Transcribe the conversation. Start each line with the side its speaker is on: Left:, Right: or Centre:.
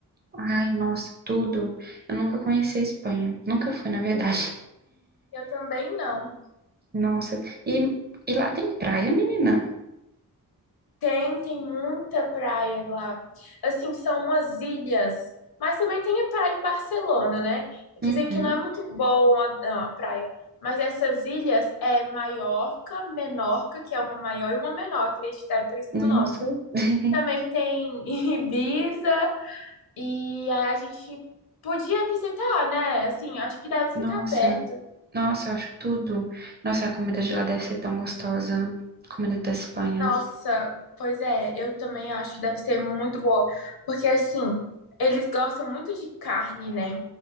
Right: Ai, nossa, tudo. Eu nunca conheci a Espanha. Nunca fui, na verdade.
Left: Eu também não.
Right: Nossa. E, e lá tem praia, menina?
Left: Tem, tem muita praia lá. Assim, são umas ilhas, mas também tem a praia em Barcelona, né? Dizem
Right: Uhum.
Left: que não é muito bom a, não, a praia, mas essas ilhas é Maiorca, Menorca, que é uma maior e uma menor, acredito, é por isso
Right: Nossa.
Left: do nome.
Right: <laughs>
Left: Também tem <laughs> Ibiza, e aí a gente podia visitar, né? Assim, acho que deve ficar
Right: Nossa.
Left: perto.
Right: Nossa, eu acho tudo. Nossa, a comida de lá deve ser tão gostosa. Comida da Espanha.
Left: Nossa, pois é, eu também acho que deve ser muito boa, porque assim, eles gostam muito de carne, né?